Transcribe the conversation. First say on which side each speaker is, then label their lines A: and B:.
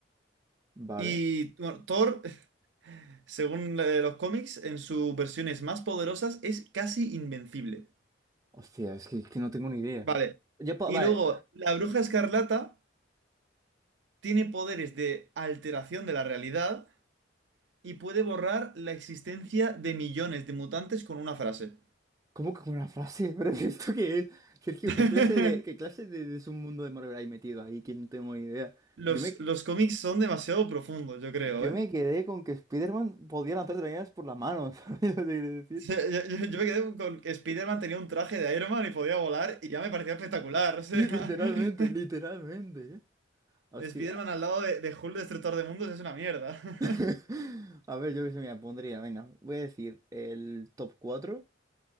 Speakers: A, on the right; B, on the right.
A: vale.
B: Y bueno, Thor, <laughs> según eh, los cómics, en sus versiones más poderosas es casi invencible.
A: Hostia, es que, que no tengo ni idea.
B: Vale.
A: Yo puedo,
B: Y
A: vale.
B: luego, la Bruja Escarlata tiene poderes de alteración de la realidad y puede borrar la existencia de millones de mutantes con una frase.
A: ¿Cómo que con una frase? <laughs> ¿Pero esto qué es? Sergio,
B: <laughs>
A: ¿qué clase de, qué clase de, de submundo de Marvel hay metido ahí? Que no tengo ni idea.
B: Los,
A: Yo me,
B: los cómics son demasiado profundos, yo creo,
A: yo
B: ¿eh?
A: me quedé con que Spider-Man podía lanzar telarañas por las manos, <laughs> ¿sabes lo que quiero
B: <laughs>
A: decir?
B: Yo, yo- yo- yo me quedé con que Spider-Man tenía un traje de Iron Man y podía volar y ya me parecía espectacular, o sea.
A: Sí, literalmente,
B: <laughs>
A: literalmente, ¿eh? Hostia.
B: Spider-Man al lado de, de Hulk Destructor de Mundos es una mierda. <laughs>
A: <laughs> A ver, yo qué se me pondría, venga, voy a decir el top cuatro